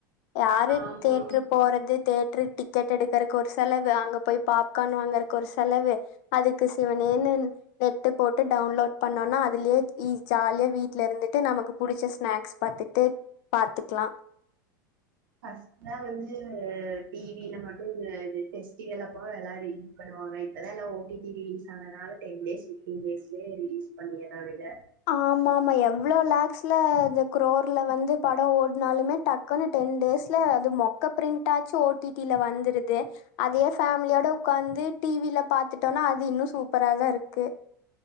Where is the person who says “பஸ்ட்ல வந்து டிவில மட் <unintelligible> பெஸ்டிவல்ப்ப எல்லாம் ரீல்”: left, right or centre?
Right